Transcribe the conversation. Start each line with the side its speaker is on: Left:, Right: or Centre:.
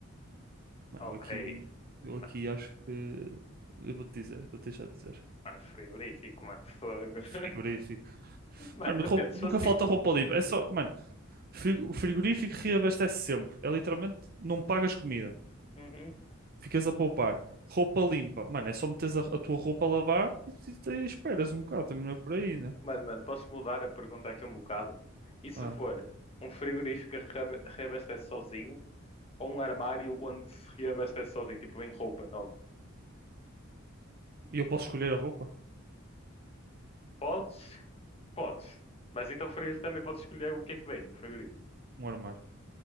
Right: Mano,
Left: ok.
Right: eu aqui, eu aqui
Left: Mano,
Right: acho que. Eu vou-te dizer, vou deixar de dizer.
Left: mano frigorífico, mano, fogo. <laughs>
Right: Frigorífico.
Left: Mano,
Right: Mano,
Left: depende,
Right: roupa-
Left: se
Right: nunca
Left: fosse tipo.
Right: falta roupa limpa. É só, mano, fri- o frigorífico reabastece sempre. É literalmente, não pagas comida.
Left: Uhum.
Right: Ficas a poupar. Roupa limpa. Mano, é só meteres a, a tua roupa a lavar e, e- e esperas um bocado. Também não é por aí, né?
Left: Mano, mano, posso mudar a pergunta aqui um bocado? E se
Right: Ah,
Left: for um frigorífico que reabe- reabastece sozinho ou um armário onde se reabastece sozinho, tipo vem roupa nova?
Right: e eu posso escolher a roupa?
Left: Podes? Podes. Mas então o frigorífico também pode escolher o que é que vem no frigorífico.
Right: Um armário.